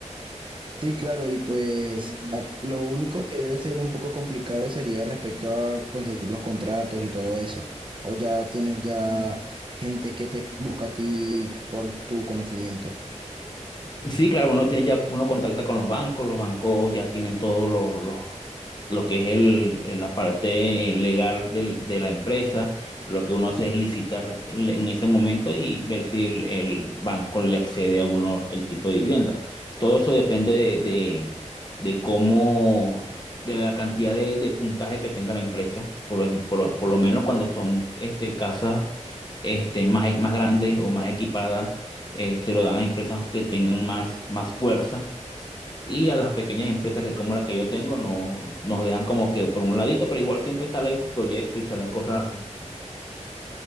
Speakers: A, on the right (about 40°); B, on the left (about 35°).
A: Sí, claro, y pues a- lo único que debe ser un poco complicado sería respecto a conseguir los contratos y todo eso. O ya tienes ya gente que te busca a ti por tu conocimiento.
B: Y sí, claro, uno tiene ya, uno contacta con los bancos, los bancos ya tienen todo lo, lo, lo que es el, el- la parte legal del- de la empresa. Lo que uno hace es licitar en en ese momento y ver si el, el banco le accede a uno el tipo de vivienda. Todo eso depende de, de, de cómo, de la cantidad de, de puntaje que tenga la empresa. Por, em- por, por lo menos cuando son este, casas este, más, más grandes o más equipadas eh, se lo dan a empresas que tengan más, más fuerza y a las pequeñas empresas que como la que yo tengo no, nos dejan como que por un ladito, pero igual siempre sale proyectos y salen cosas así.